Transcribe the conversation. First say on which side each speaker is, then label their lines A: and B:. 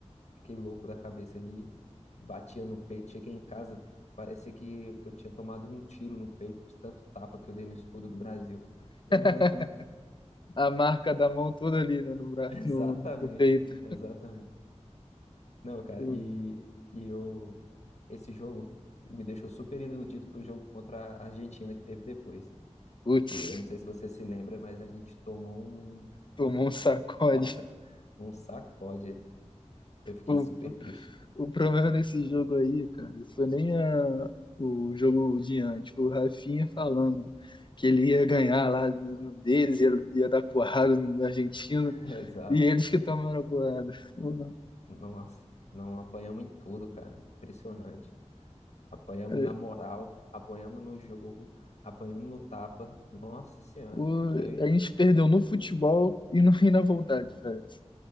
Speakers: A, on the left; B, on the left.
A: Fiquei louco da cabeça ali, batia no peito. Cheguei em casa, parecia que, que eu tinha tomado um tiro no peito de tanto tapa que eu dei no escudo do Brasil. <laughs>
B: <laughs> A marca da mão toda ali, né, no, bra...
A: Exatamente,
B: no, no peito.
A: exatamente. Não, cara,
B: O-
A: e, e eu. Esse jogo me deixou super iludido pro jogo contra a Argentina que teve depois.
B: Putz,
A: Que eu não sei se você se lembra, mas a gente tomou um.
B: tomou
A: <laughs>
B: um sacode.
A: Nossa, um sacode. Eu fiquei
B: O,
A: super triste.
B: o problema desse jogo aí, cara, foi nem a- o jogo de antes, foi o Rafinha falando que ele ia ganhar lá no no deles, ia, ia dar porrada na Argentina,
A: <laughs> Exato.
B: e eles que tomaram a porrada. Porra,
A: Nossa, não apanhamos em tudo, cara. Impressionante. Apanhamos
B: é,
A: na moral, apanhamos no jogo, apanhamos no tapa. Nossa Senhora,
B: o-
A: foi
B: a gente perdeu no futebol e, no, e na vontade, parece.